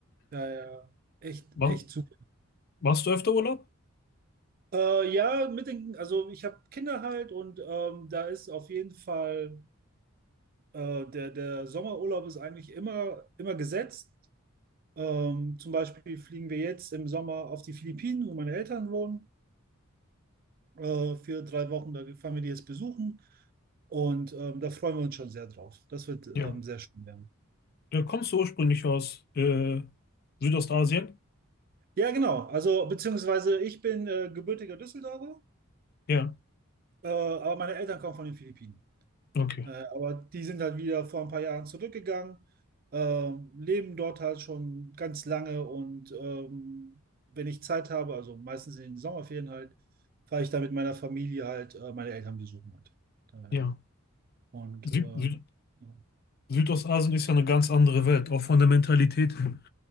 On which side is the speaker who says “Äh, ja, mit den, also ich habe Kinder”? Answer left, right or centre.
Right